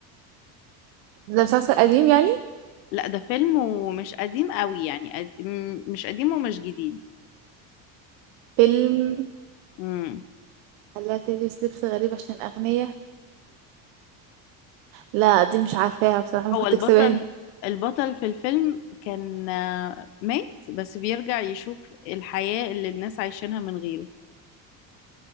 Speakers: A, on the right (about 70°); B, on the left (about 85°).
A: ده مسلسل قديم يعني
B: لا ده فيلم ومش قديم قوي يعني قد- م- مش قديم ومش جديد
A: فيلم
B: مم.
A: خلاها تلبس لبس غريب عشان أغنية لا دي مش عارفاها بصراحة ممكن
B: هو البطل
A: تكسبها انت
B: البطل في الفيلم كان آه، مات بس بيرجع يشوف الحياة اللي الناس عايشينها من غيره